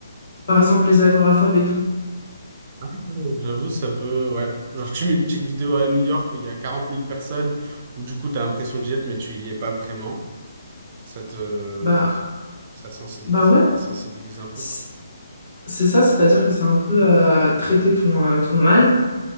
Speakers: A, on the left; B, on the right.
A: Par exemple, les agoraphobes et tout.
B: Euh, J'avoue, ça peut, ouais. Genre, tu mets une petite vidéo à New York où il y a quarante mille personnes, où du coup, t'as l'impression d'y être, mais tu y es pas vraiment. Ça te,
A: Bah,
B: ça sensibilise,
A: bah ouais,
B: t'es sensibilisé un peu,
A: c'est
B: quoi.
A: c'est ça, c'est-à-dire que c'est un peu euh, traiter ton, euh, ton mal